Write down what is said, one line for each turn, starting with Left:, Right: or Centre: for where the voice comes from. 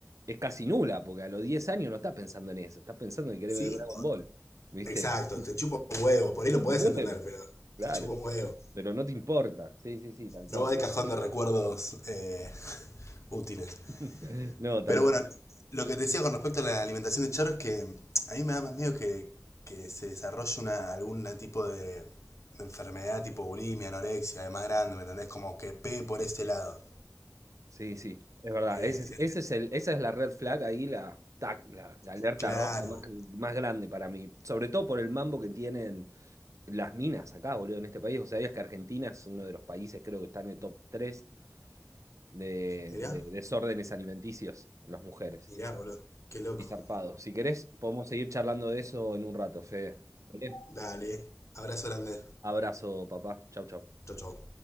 Right: es casi nula, porque a los 10 años no estás pensando en eso, estás pensando que querés
Left: Sí,
Right: ver Dragon
Left: o-
Right: Ball, ¿viste?
Left: exacto,
Right: <laughs>
Left: te chupa un huevo, por ahí lo
Right: Como
Left: podés
Right: huevo,
Left: entender, pero
Right: claro,
Left: te chupa un huevo.
Right: pero no te importa, sí, sí, sí, tal cual.
Left: No va al cajón de recuerdos eh, útiles.
Right: <laughs> No, tal
Left: Pero
Right: cual,
Left: bueno, lo que te decía con respecto a la alimentación de Charo es que a mí me da más miedo que, que se desarrolle una, algún tipo de, de enfermedad tipo bulimia, anorexia, de más grande, ¿me entendés? Como que pegue por ese lado.
Right: sí, sí, es verdad,
Left: Eh,
Right: ese es, ese es el, esa es la red flag ahí, la, tac, la, la alerta
Left: Claro.
Right: roja más, más grande para mí, sobre todo por el mambo que tienen las minas acá, boludo, en este país. O sea, es que Argentina es uno de los países, creo que está en el top 3 de,
Left: Mirá,
Right: de desórdenes alimenticios en las mujeres.
Left: mirá, boludo. Qué loco.
Right: Y zarpado Si querés, podemos seguir charlando de eso en un rato, Fede. ¿Vale?
Left: Dale. Abrazo grande.
Right: Abrazo, papá. Chau, chau.
Left: Chau, chau.